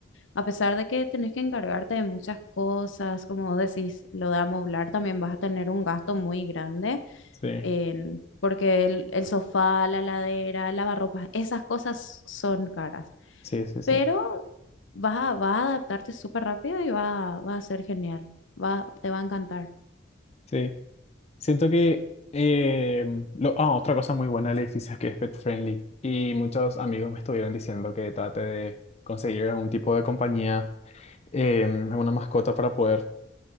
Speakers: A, on the left (about 85°); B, on the left (about 35°).
A: A pesar de que tenés que encargarte de muchas cosas, como vos decís, lo de amoblar también vas a tener un gasto muy grande,
B: Sí,
A: en- porque el, el sofá, la ladera, lavarropas, esas cosas son caras,
B: sí, sí, sí.
A: pero vas a, vas a adaptarte súper rápido y va, va a ser genial, va, te va a encantar.
B: Sí. Siento que em, lo, ah, otra cosa muy buena del edificio es que es pet friendly. Y muchos amigos me estuvieron diciendo que trate de conseguir algún tipo de compañía, em, alguna mascota para poder